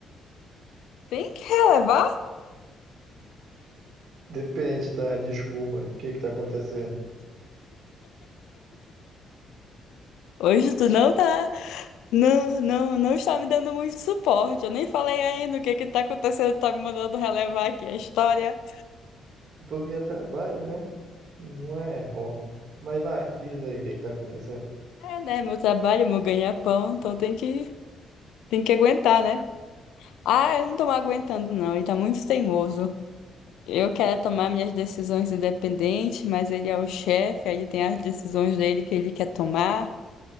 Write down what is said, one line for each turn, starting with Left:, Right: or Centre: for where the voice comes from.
Left: Tem que relevar?
Right: Depende, tá? Desculpa. O que que tá acontecendo?
Left: Hoje tu não tá. Não, não, não está me dando muito suporte. Eu nem falei ainda o que que tá acontecendo. Tá me mandando relevar aqui a história.
Right: É Porque é trabalho, né? Não é hobby. Mas vai, diz aí o que que tá acontecendo.
Left: É, né? Meu trabalho, meu ganha-pão. Então tem que, tem que aguentar, né? Ah, eu não tô mais aguentando, não. Ele tá muito teimoso. Eu quero tomar minhas decisões independente, mas ele é o chefe, aí ele tem as decisões dele que ele quer tomar,